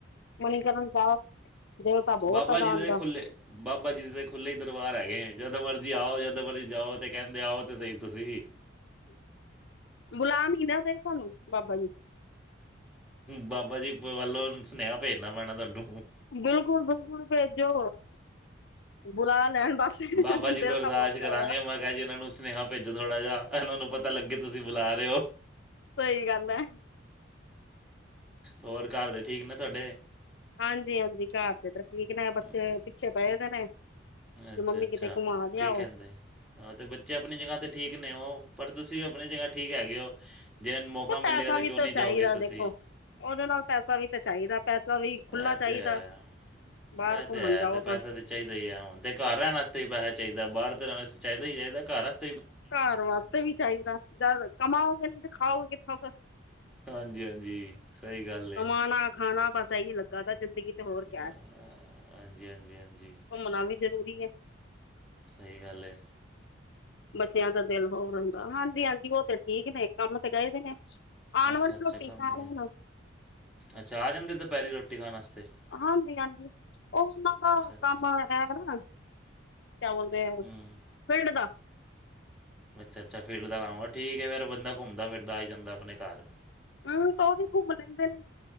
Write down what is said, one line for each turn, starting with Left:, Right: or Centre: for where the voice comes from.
Left: ਮਨੀਕਰਨ ਸਾਹਿਬ ਦੀਲ ਤਾਂ ਬਹੁਤ
Centre: ਬਾਬਾ
Left: ਆ
Centre: ਜੀ
Left: ਜਾਣਦਾ
Centre: ਦੇ ਖੁੱਲੇ ਬਾਬਾ ਜੀ ਦੇ ਤਾਂ ਖੁੱਲ੍ਹੇ ਹੀ ਦਰਬਾਰ ਹੈਗੇ ਜਦ ਮਰਜੀ ਆਓ ਜਦ ਮਰਜ਼ੀ ਜਾਓ ਤੇ ਕਹਿੰਦੇ ਆਓ ਤੇ ਸਹੀ ਤੁਸੀਂ
Left: ਬੁਲੈਨ ਦੇ ਸਾਨੂੰ ਬਾਬਾ ਜੀ
Centre: ਬਾਬਾ ਜੀ ਵੱਲੋਂ ਸੁਨੇਹਾ ਭੇਜਨਾ ਪੈਣਾ ਤੁਹਾਨੂੰ
Left: ਬਿਲਕੁਲ ਬਿਲਕੁਲ ਭੇਜੋ ਬੁਲਾ ਲੈਣ ਬਸ
Centre: ਬਾਬਾ ਜੀ
Left: ਦਿਲ
Centre: ਤੋਂ ਬਰਦਾਸ਼
Left: ਤਾਂ ਬਹੁਤ ਜ਼ਿਆਦਾ
Centre: ਕਰਾਂਗੇ ਮੈਂ ਕਿਹਾ ਜੀ ਇਹਨਾਂ ਨੂੰ ਸੁਨੇਹਾ ਭੇਜੋ ਥੋੜਾ ਜਹਾ ਤੁਹਾਨ ਨੂੰ ਪਤਾ ਲੱਗੇ ਤੁਸੀਂ ਬੁਲਾ ਰਹੇ ਹੋ
Left: ਸਹੀ ਗੱਲ ਹੈ
Centre: ਹੋਰ ਘਰ ਦੇ ਠੀਕ ਨੇ ਤੁਹਾਡੇ
Left: ਹਾਂਜੀ ਹਾਂਜੀ ਘਰ ਦੇ ਤੇ ਠੀਕ ਨੇ ਬੱਚੇ
Centre: ਹਮ,
Left: ਪਿੱਛੇ ਪਏ ਦੇ ਨੇ ਕਿ
Centre: ਅੱਛਾ
Left: ਮੰਮੀ
Centre: ਅੱਛਾ
Left: ਕਿਤੇ ਘੁਮਾ ਲਿਆਓ
Centre: ਕੀ ਕਹਿੰਦੇ ਹਾਂ ਅਤੇ ਬੱਚੇ ਆਪਣੀ ਜਗ੍ਹਾ 'ਤੇ ਠੀਕ ਨੇ ਉਹ ਪਰ ਤੁਸੀਂ ਵੀ ਆਪਣੀ ਜਗ੍ਹਾ ਠੀਕ ਹੈਗੇ ਹੋ ਜੇ ਮੌਕਾ
Left: ਤੇ
Centre: ਮਿਲੇਗਾ
Left: ਪੈਸਾ
Centre: ਤਾਂ
Left: ਵੀ
Centre: ਕਿਉਂ ਨਹੀਂ
Left: ਚਾਹੀਦਾ
Centre: ਜਾਓਗੇ ਤੁਸੀਂ
Left: ਦੇਖੋ ਉਹਦੇ ਨਾਲ ਪੈਸਾ ਵੀ ਤਾਂ ਚਾਹੀਦਾ ਪੈਸਾ ਵੀ
Centre: ਇਹ
Left: ਖੁਲਾ ਚਾਹੀਦਾ
Centre: ਤੇ ਹੈ
Left: ਬਾਹਰ
Centre: ਇਹ
Left: ਘੁੰਮਣ
Centre: ਤੇ ਹੈ
Left: ਜਾਓ
Centre: ਤੇ ਪੈਸਾ
Left: ਤਾਂ
Centre: ਤੇ ਚਾਹੀਦਾ ਹੀ ਹੈ ਹੁਣ ਤੇ ਘਰ ਰਹਿ ਵਾਸਤੇ ਪੈਸਾ ਚਾਹੀਦਾ ਬਾਹਰ ਤੇ ਰਹਿਣ ਵਸ ਚਾਹੀਦਾ ਹੀ ਚਾਹੀਦਾ ਘਰ ਵਾਤੇ
Left: ਘਰ ਵਾਸਤੇ ਵੀ ਚਾਹੀਦਾ ਜਦ ਕਮਾਓਗੇ ਨੀ ਤੇ ਖਾਓਗੇ ਕਿੱਥੋਂ ਫ
Centre: ਹਾਂਜੀ ਹਾਂਜੀ ਸਹੀ ਗੱਲ
Left: ਕਮਾਣਾ
Centre: ਏ
Left: ਖਾਣਾ ਬਸ ਇਹੀ ਲੱਗਾ ਤ ਜ਼ਿੰਦਗੀ ਚ ਹੋਰ ਕਿਆ
Centre: ਅ,
Left: ਹੈ
Centre: ਹਾਂਜੀ, ਹਾਂਜੀ, ਹਾਂਜੀ
Left: ਘੁੰਮਣਾ ਵੀ ਜ਼ਰੂਰੀ ਹੈ
Centre: ਸਹੀ ਗੱਲ ਹੈ।
Left: ਬੱਚਿਆਂ ਦਾ ਦਿਲ ਹੋਰ ਹੁੰਦਾ ਹਾਂਜੀ ਹਾਂਜੀ ਉਹ ਤੇ ਠੀਕ ਨੇ ਕੰਮ ਤੇ ਕਹਿਦੇ ਨੇ ਆਉਣ
Centre: ਅੱਛਾ,
Left: ਵਾਲੀ
Centre: ਅੱਛਾ
Left: ਰੋਟੀ
Centre: ਕੰਮ
Left: ਖਾ
Centre: ਤੇ ਗਏ।
Left: ਰ ਹੁਣ
Centre: ਅੱਛਾ ਆ ਜਾਂਦੇ ਦੁਪਹਿਰੀ ਰੋਟੀ ਖਾਣ ਵਾਸਤੇ
Left: ਹਾਂਜੀ ਹਾਂਜੀ ਉਹ ਉਹਨਾਂ ਦਾ
Centre: ਅੱਛਾ
Left: ਕੰਮ ਹੈਗਾ ਨਾ ਕਿਆ ਬੋਲਦੇ
Centre: ਹੂੰ।
Left: ਫਿਲਡ ਦਾ
Centre: ਅੱਛਾ ਅੱਛਾ ਫੀਲਡ ਦਾ ਕੰਮ ਆ ਠੀਕ ਫਿਰ ਬੰਦਾ ਘੁੰਮਦਾ ਫਿਰਦਾ ਆ ਜਾਂਦਾ ਆਪਣੇ ਘਰ।
Left: ਹਮ ਤਾਂ ਉਹਦੀ ਘੁੰਮ ਲੈਂਦੇ ਨੇ